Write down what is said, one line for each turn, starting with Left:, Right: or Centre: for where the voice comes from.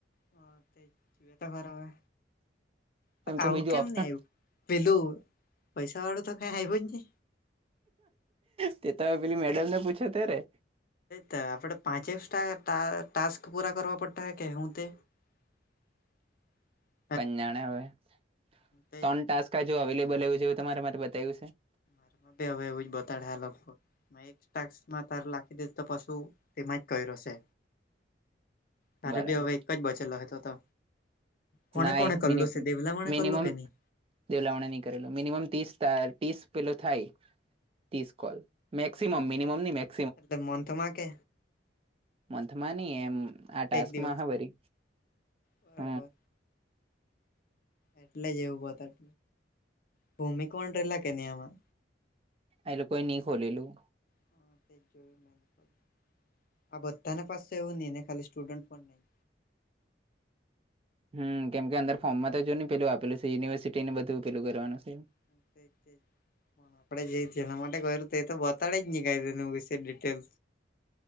Left: હ તે એ તો બરોબર હ આવું
Right: કે બીજું
Left: કેમ
Right: ઓપ્શન
Left: ની આવ્યું. પેલું પૈસા વાળું તો ક્યાંય આયવું જ નય.
Right: તે તો હવે પેલી મેડમ ને પૂછે ત્યારે.
Left: તે આપડે પાંચે ટા ટાસ્ક પૂરા કરવા પડતા એવું કે, <inaudible>
Right: કોણ જાણે હવે, ત્રણ
Left: તે
Right: ટાસ્ક જો અવેલેબલ છે એવું તમારામા બતાવ્યું છે.
Left: માં તે હવે એવું જ બતાડે આ લોકો, મેઈન ટાસ્કમાં તારું લખી દે તો પછું તેમાં જ કર્યો છે. તારે
Right: બરાબર
Left: બી હવે એક જ બચેલો છે તોતો. કોને
Right: ના
Left: કોને
Right: એક
Left: કરલું
Right: મિનિટ
Left: માણે
Right: મીનીમમ,
Left: કરલું કે નહી
Right: દેવલામણા નહી કરેલું, મિનિમમ ત્રીસ ત્રીસ પેલો થાય ત્રીસ કોલ. મેક્સિમમ મીનીમમ નય મેક
Left: એટલે મંથમાં કે,
Right: મંથમાં નની એમ આ ટાસ્કમાં
Left: એક દિવસ
Right: હ વરી
Left: બરાબર
Right: હ,
Left: એટલે જ એવું બતા ભૂમિકોણ રહેેલા કે નહીં આમાં,
Right: એ લોકો ઈ ની ખોલેલું.
Left: હા જોયું મે આ બધાને પાસે એવું નહી ને ખાલી સ્ટુડન્ટ પણ નહી,
Right: હમ કેમ કે અંદર ફોર્મમાં તો જો નને પેલું આપેલ છે યુનિવર્સિટી ને બધું પેલું કરવાનું છે.
Left: <unintelligible> હ આપડે જઈ જેના માટે કરય તે તો બતાડે જ નહી કાઇ વિશે ડિટેલ,